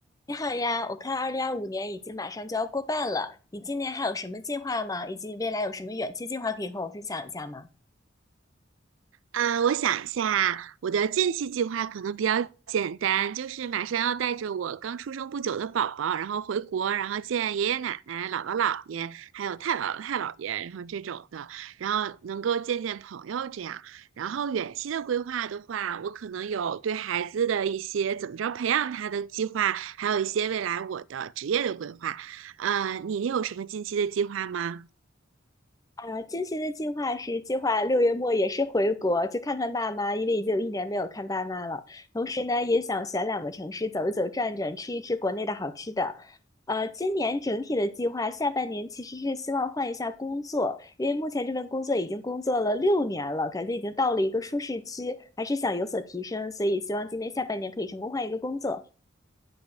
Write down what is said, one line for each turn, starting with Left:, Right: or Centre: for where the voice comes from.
Left: 你好呀，我看二零二五年已经马上就要过半了，你今年还有什么计划吗？以及未来有什么远期计划可以和我分享一下吗？
Right: 嗯，我想一下，我的近期计划可能比较简单，就是马上要带着我刚出生不久的宝宝，然后回国，然后见爷爷奶奶、姥姥姥爷，还有太姥姥太姥爷，然后这种的，然后能够见见朋友这样。然后远期的规划的话，我可能有对孩子的一些怎么着培养他的计划，还有一些未来我的职业的规划。呃，你有什么近期的计划吗？
Left: 啊，近期的计划是计划六月末也是回国去看看爸妈，因为已经有一年没有看爸妈了。同时呢，也想选两个城市走一走、转转，吃一吃国内的好吃的。呃，今年整体的计划，下半年其实是希望换一下工作，因为目前这份工作已经工作了六年了，感觉已经到了一个舒适区，还是想有所提升，所以希望今年下半年可以成功换一个工作。